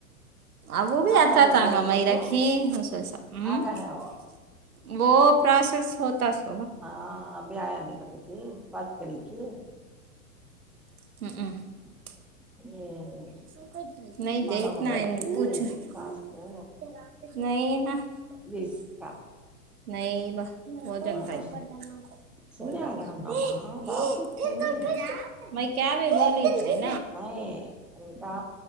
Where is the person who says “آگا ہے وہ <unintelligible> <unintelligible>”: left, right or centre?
Centre